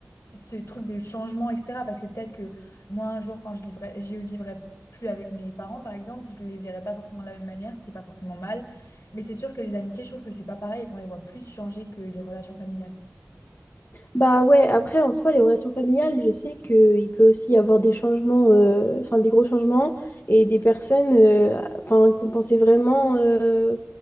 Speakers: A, on the left; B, on the left.
A: ce truc de changement, etc. Parce que peut-être que moi, un jour, quand je vivrai, je vivrai plus avec mes parents, par exemple, je les verrai pas forcément de la même manière, ce qui est pas forcément mal. Mais c'est sûr que les amitiés, je trouve que c'est pas pareil et qu'on les voit plus changer que les relations familiales.
B: Bah ouais, après, en soi, les relations familiales, je sais qu'il peut aussi y avoir des changements, euh, enfin des gros changements, et des personnes euh, enfin, qu'on pensait vraiment, euh,